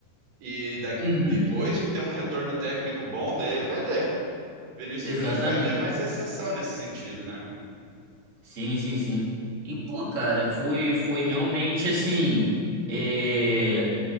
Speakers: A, on the right; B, on the right.
A: e da-
B: Uhum.
A: depois de ter um retorno técnico bom dele, vender. Vinícius
B: Exatamente.
A: Júnior foi até mais exceção nesse sentido, né?
B: Sim, sim, sim. E, pô, cara, foi, foi realmente assim. é,